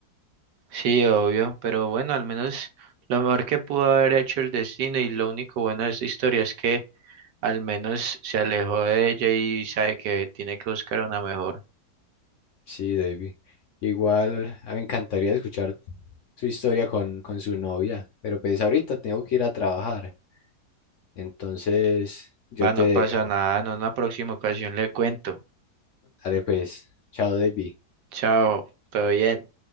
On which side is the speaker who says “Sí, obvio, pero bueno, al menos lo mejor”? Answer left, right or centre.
Right